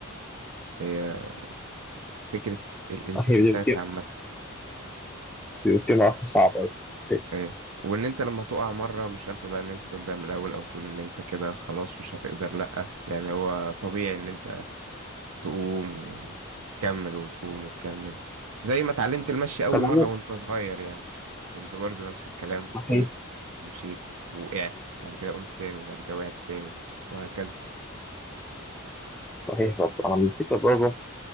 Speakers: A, on the right (about 80°); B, in the centre.
A: بس هي فكرة الانتكاسات
B: هي بتبقى
A: عامة
B: بتبقى مرحلة صعبة ف-
A: ايه وان انت لما تقع مره مش شرط بقى ان انت تبدا من الاول او تقول ان انت كده خلاص مش هتقدر لا يعني هو طبيعي ان انت تقوم وتكمل وتقوم وتكمل زي ما اتعلمت المشي اول
B: فالعموم
A: مره وانت صغير يعني كنت برضو نفس الكلام
B: صحيح
A: قمت مشيت وقعت بعد كده قمت تاني بعد كده وقعت تاني وهكذا
B: صحيح برضه أنا الفكرة برضه